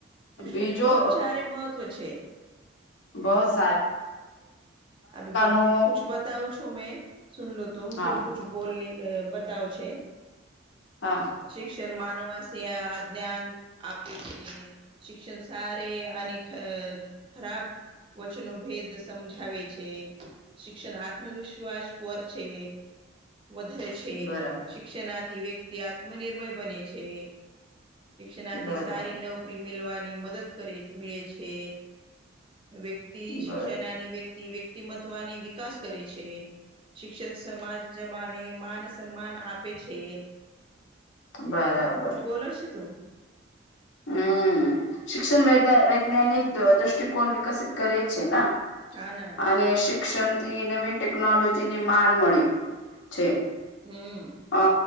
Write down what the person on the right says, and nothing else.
શિક્ષણ
ને બહુ જ સારે મહત્વ છે.
આ
કુછ બતાઉં છું મે સુન લો તુમ
તુમ બોલની બતાવ છે.
શિક્ષણ માનવસી આ જ્ઞાન આપે છે. શિક્ષણ સારે અને ખરાબ વચનો ભેદ સમજાવે છે શિક્ષણ આત્મવિશ્વાસ પોર છે. વધારે છે
શિક્ષણાથી વ્યક્તિ આત્મનિર્ભર બને છે. શિક્ષણાથી
સારી નોકરી મેલવાની મદદ કરી મેે છે. વ્યક્તિ શિક્ષણાની
વ્યક્તિ વ્યક્તિમત્વાની વિકાસ કરે છે. શિક્ષણ સમાજ જમાને માન સન્માન આપે છે.
કુ કચું બોલ છે તું
હા ના
હમ્મ